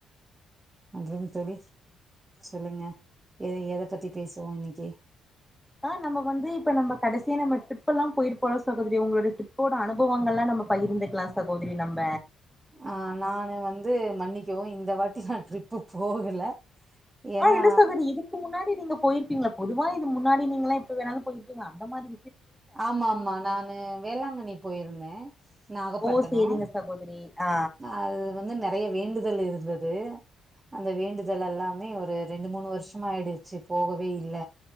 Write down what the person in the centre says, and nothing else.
அ நம்ம வந்து இப்ப நம்ம கடைசியா நம்ம ட்ருப்பெல்லா போயிருப்போல சகோதரி உங்களோட ட்ரிப்போட அனுபவங்கள்ல்லா நம்ம பயிர்ந்துக்லா சகோதரி நம்ப
ஆ என்ன சகோதரி இதுக்கு முன்னாடி நீங்க போயிருப்பீங்ளா பொதுவா இது முன்னாடி நீங்களா எப்ப வேணாலு போயிருப்பீங்க அந்த மாதிரி
ஓ சேரிங்க சகோதரி ஆ